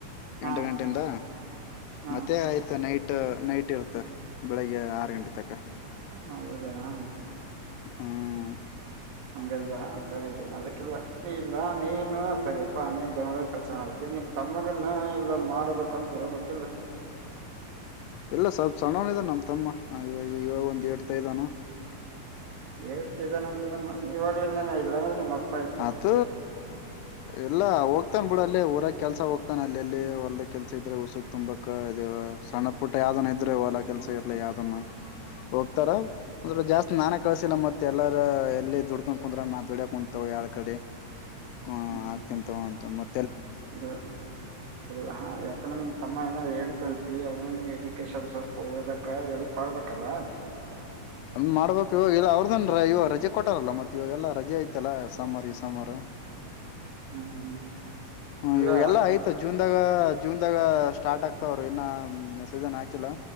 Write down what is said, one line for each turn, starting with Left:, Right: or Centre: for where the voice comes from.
Right: ಹಾಂ
Left: ಎಂಟ ಗಂಟೆಯಿಂದ
Right: ಹಾಂ
Left: ಮತ್ತೆ ಆಯ್ತ ನೈಟ್ ಟ್ ನೈಟ್ ಇರುತ್ತ ಬೆಳಿಗ್ಗೆ ಆರು ಗಂಟೆ ತಕ
Right: ಹ್ಮ ಹೌದಾ ಹ
Left: ಹ್ಮ್
Right: ಹಗೆಲ್ಲ ಸರಿ ಅದಕ್ಕಿಲ್ಲ ನೀ ಇಲ್ಲ ನೀನು ಸರಿಯಪ್ಪಾ ನೀ ಬೆಂಗಳೂರ್ಗ್ ಕಲ್ಸೋಣ ಆತಿ ನಿಮ್ ತಮ್ಮಗನ್ನ ಇಲ್ಲ ಮಾಡ್ಬೇಕುಂತ ಇಳ್ಬೇಕಿಲ್ಲ
Left: ಎಲ್ಲ ಸ್ವಲ್ಪ ಸಣನಿದ ನಮ್ ತಮ್ಮ ಇವಾಗ ಇವಾಗ ಒಂದ್ ಹೇಡ್ತಾ ಇದ್ದಾನ
Right: ಹೇಳ್ತಿದ್ದೇನೆ ಅಂತಂದ್ರ ಇವಾಗ್ಲಿಂದಾನೇ ಇಲ್ಲಾಂದ್ರೆ ನಿಮ್ಮಪ್ಪ
Left: ಅತ ಎಲ್ಲಾ ಹೋಗ್ತನ್ ಬಿಡ ಅಲ್ಲಿ ಊರ ಕೆಲ್ಸ ಹೋಗ್ತಾನೆ ಅಲ್ಲಿ ಎಲ್ಲಿ ಹೊಲದ ಕೆಲ್ಸ ಇದ್ರೆ ಉುಸಕ್ ತುಂಬಕ್ ಇ ಸಣ್ಣ ಪುಟ್ಟ ಯಾವ್ದನ್ ಇದ್ರೆ ಹೊಲ ಕೆಲ್ಸ ಇರ್ಲ ಯಾವ್ದ ಹೋಗ್ತಾರ ಅಂದ್ರೆ ಜಾಸ್ತಿ ನಾನೇ ಕಳ್ಸಿಲ್ಲ ಮತ್ತತ್ ಎಲ್ಲಾರ ಎಲ್ಲಿ ದುಡ್ಕೊಂಡ ಕುಂದ್ರ ನಾ ದುಡಿಯಕ್ ಕು ಯಾರ ಕಡೆ ಆ ಹ
Right: ಹ್ಞೂ
Left: ಆಾತಂತಗಂತ
Right: ಹ್ಞೂ
Left: ಮೆ
Right: ಇಲ್ಲ ಇಲ್ಲದ ಯಾಕಂದ್ರೆ ನಿಮ್ ತಮ್ಮ ಏನ ಹೇಳ್ತಂತ ಅವನು ಎಜುಕೇಶನ್ ಸ್ವಲ್ಪ ಹದಕ್ಕ ಎಲ್ಪ್ ಆಗ್ಬೇಕಲ್ಲ
Left: ಮಾಡ್ಬೇಕಕ್ ಇವಾಗ ಇಲ್ಲ ಅವ್ರದನ್ ಇವ ರಜೆ ಕೊಟ್ಟಾರಲ್ಲ ಮತ್ತತ್ ಇವಾಗ ಎಲ್ಲಾ ರಜೆ ಐ್ತಲ್ಲ ಸಂಬಾರು ಈ ಸಾಮಾರು
Right: ಹ್ಮ್ ಹ್ಮ್
Left: ಹ್ಮ
Right: ಇಲ್ಲ
Left: ಇವಾಗ ಎಲ್ಲ ಆಯ್ತು ಜೂನ್ ಜಾಗ ಜೂನ್ ದಾಗ ಸ್ಟಾರ್ಟ್ ಆಗ್ತಾವರು ಇನ್ನ ಮೆಸೇಜನ್ ಹಾಕಿಲ್ಲ